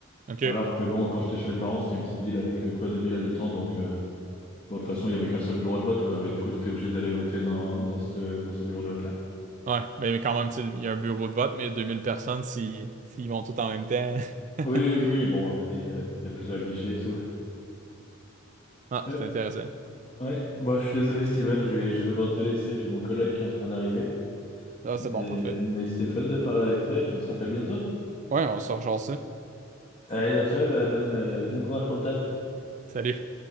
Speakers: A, on the right; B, on the left.
A: OK.
B: Alors que bon, quand j'étais chez mes parents, c'était une petite ville avec euh, quoi, 2000 habitants, donc euh, bon, de toute façon, il y avait qu'un seul bureau de vote, quoi. Mais du coup, tu étais obligé d'aller voter dans, dans, cette- dans ce bureau de vote-là.
A: Ouais, mais, mais quand même, tu sais, il y a un bureau de vote, mais 2000 personnes, si, s'ils vont tous en même temps.
B: Oui,
A: <laughs>
B: oui, oui, bon, après, euh, il y a plusieurs guichets et tout, ouais.
A: Ah,
B: Euh,
A: c'est intéressant.
B: ouais, bon, je suis désolé, Steven, je vais, je vais devoir te laisser, j'ai mon collègue qui est en train d'arriver.
A: Ah,
B: Mais,
A: c'est bon, parfait.
B: mais c'était fun de parler avec toi et puis on se rappelle bientôt.
A: Ouais, on sort genre ça.
B: Allez, bah, ciao, bah, bonne, euh, bon courage pour le taf.
A: Salut.